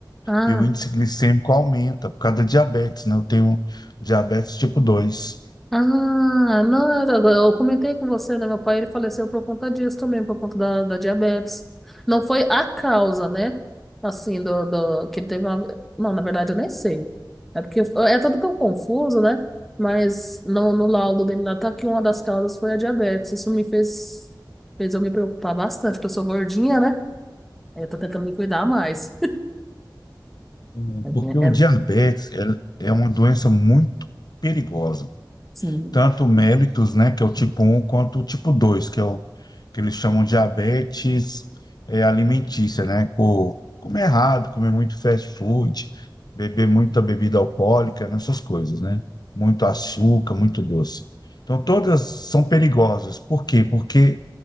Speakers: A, in the centre; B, on the left (about 60°).
A: Ah,
B: E o índice glicêmico aumenta por causa da diabetes, né? Eu tenho diabetes tipo dois,
A: ah, não, eu, eu comentei com você, né? Meu pai, ele faleceu por conta disso também, por conta da, da diabetes. Não foi a causa, né? Assim, do, do, que ele teve uma... Não, na verdade, eu nem sei. É porque é tudo tão confuso, né? Mas no, no laudo dele lá tá que uma das causas foi a diabetes. Isso me fez, fez eu me preocupar bastante, porque eu sou gordinha, né? Aí Eu tô tentando me cuidar mais.
B: O-
A: É,
B: Porque o diabetes é é uma doença muito perigosa.
A: sim,
B: Tanto o mellitus, né, que é o tipo um, quanto o tipo 2, que é o que eles chamam de diabetes é, alimentícia, né? Por comer errado, comer muito fast food, beber muita bebida alcoólica, né? essas coisas, né? Muito açúcar, muito doce. Então, todas são perigosas. Por quê? Porque